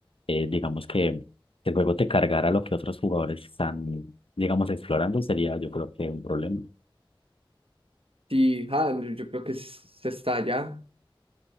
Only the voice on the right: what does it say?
Sí, ah, yo creo que s- se estalla,